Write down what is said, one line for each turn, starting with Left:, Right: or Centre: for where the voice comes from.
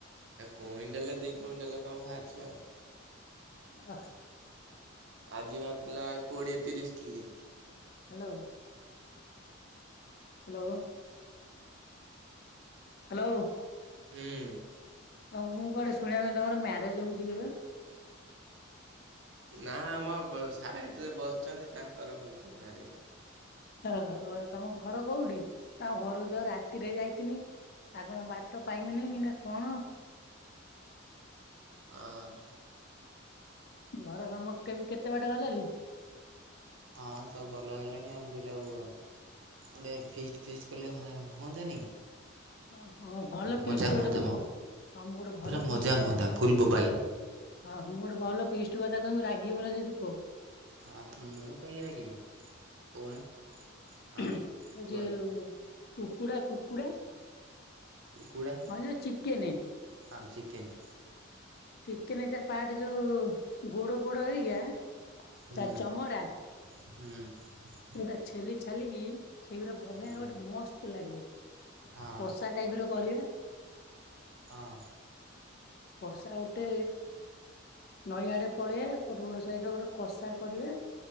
Right: କୁଇଣ୍ଟାଲେ ଦି କୁଇଣ୍ଟାଲେ କଣ ବାହାଛି ଆଉ।
Left: ଅ
Right: ଆଜି ବାହାରିଥିଲା କୋଡ଼ିଏ ତିରିଶ୍ କିଲି।
Left: Hello hello. ହାଲୋ।
Right: ହୁଁ।
Left: ଆଉ ମୁଁ କୁଆଡେ ଶୁଣିଲା ତମର ମ୍ୟାରେଜ୍ ହଉଛି କେବେ?
Right: ନାଁ ଆମ ସାଇଟ୍ ରେ ବସିଛନ୍ତି ତାଙ୍କର ହୋଉଛି ମ୍ୟାରେଜ୍।
Left: ଓହୋ ତମ ଘର କୋଉଠି ତମ ଘରକୁ ତ ରାତିରେ ଯାଇଥିନି। ଆପଣ ବାଟ ପାଇମିନି ନା କଣ?
Right: ଅର୍।
Left: ଘର କାମ କେତେ କେତେ ବାଟ ଗଲାଲି?
Right: ହଁ ସବୁ ଭଲ ହେଲାଣି <unintelligible> ଗୋଟେ ଫିଷ୍ଟ୍ ଫିଷ୍ଟ୍ କଲେ ହୁଅନ୍ତାନି?
Left: ଓ ହଁ ଭଲ ପିିଷ୍ଟ୍
Right: ମଜା
Left: ଗୋଟେ
Right: ହୁଅନ୍ତା
Left: ମୁଁ
Right: ମ
Left: -ମୁଁ ଗୋଟେ
Right: ପୁରା
Left: ଭଲ ପିଷ୍ଟ
Right: ମଜା ହୁଅନ୍ତା
Left: କଥା
Right: ଫୁଲ୍ ବୋବାଲ।
Left: ହଁ ମୁଁ ଗୋଟେ ଭଲ ପିଷ୍ଟ୍ କଥା କହିବି ରାଗିବୁ ନାଁ ଯଦି କଁ
Right: ହଁ ମୁଁ କାହିଁକି ରାଗିମି କହୁନା। ହଁ
Left: ଆଉ
Right: କୁହନ୍ତୁ
Left: ଯେଉଁ କୁକୁଡା, କୁକୁଡା।
Right: କୁକୁଡ଼ା।
Left: ଭାଉଜ ଚିକେନେ।
Right: ହଁ ଚିକେନ୍।
Left: ଠିକ। ଚିକେନ ହେଇଥିବା ପାଟ ଯୋଉ ଗୋଡ ପୋଡ ହେରିକା
Right: ହୁଁ
Left: ତା ଚମଡା
Right: ହୁଁ।
Left: ପୁରା ଛେଲି ଛାଲିକି ସେଇଗୁରା ବନେଇଆ
Right: ଆମ ଭାଇ
Left: ଗୋଟେ ମସ୍ତ ଲାଗିବ।
Right: ହଁ
Left: କଷା ଟାଇପର କରିବା।
Right: ହଁ।
Left: କଷା ଗୋଟେ ନଈଆଡେ ପଳେଆ କୋଉଠି ଗୋଟେ ସେଇଠି ଗୋଟେ କଷା କରିବା।